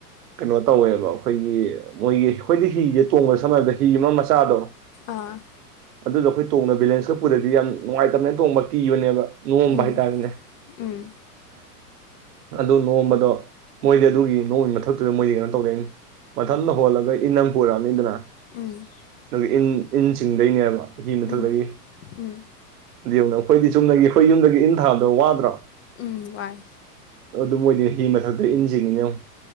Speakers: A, on the right (about 70°); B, on the left (about 55°).
A: ꯀꯩꯅꯣ ꯇꯧꯋꯦꯕꯣ ꯑꯩꯈꯣꯏꯒꯤ ꯃꯣꯏꯒꯤ ꯑꯩꯈꯣꯏꯒꯤ ꯍꯤꯤꯁꯦ ꯇꯣꯡꯕ ꯁꯝꯅꯔꯕꯗ ꯍꯤ ꯑꯃ ꯃꯆꯥꯗꯣ
B: ꯑꯥ
A: ꯑꯗꯨꯗ ꯑꯩꯈꯣꯏ ꯇꯣꯡꯗ ꯕꯦꯂꯦꯟꯁ ꯈꯛ ꯄꯨꯔꯗꯤ ꯌꯥꯝ ꯅꯨꯡꯉꯥꯏꯇꯕꯅ ꯇꯣꯡꯕ ꯀꯤꯕꯅꯦꯕ꯫ ꯅꯣꯝꯕ
B: ꯎꯝ
A: ꯍꯥꯏꯇꯥꯔꯦꯅꯦ
B: ꯎꯝ
A: ꯑꯗꯨ ꯅꯣꯡꯝꯕꯗꯣ ꯃꯣꯏꯗꯤ ꯑꯗꯨꯒꯤ ꯅꯣꯡꯃꯒꯤ ꯃꯊꯛꯇꯨꯗ ꯃꯣꯏꯗꯤ ꯀꯩꯅꯣ ꯇꯧꯗꯅꯤ ꯃꯊꯟꯇ ꯍꯣꯜꯂꯒ ꯏꯅꯝ ꯄꯨꯔꯛꯑꯕꯅꯤꯗꯅ
B: ꯎꯝ
A: ꯑꯗꯨꯒ ꯏꯟ ꯏꯟꯁꯤꯡꯗꯩꯅꯦꯕ ꯏ ꯃꯊꯛꯗꯒꯤ
B: ꯎꯝ ꯎꯝ
A: ꯌꯦꯟꯉꯣ ꯑꯩꯈꯣꯏꯗꯤ ꯆꯨꯝꯅꯒꯤ ꯑꯩꯈꯣꯏ ꯌꯨꯝꯗꯒꯤ ꯏꯟ ꯊꯥꯗꯣ ꯋꯥꯗ꯭ꯔꯣ
B: ꯎꯝ ꯋꯥꯏ
A: ꯑꯗꯨ ꯃꯣꯏꯗꯤ ꯍꯤ ꯃꯊꯛꯇ ꯏꯟꯁꯤꯅꯤꯅꯦ <unintelligible>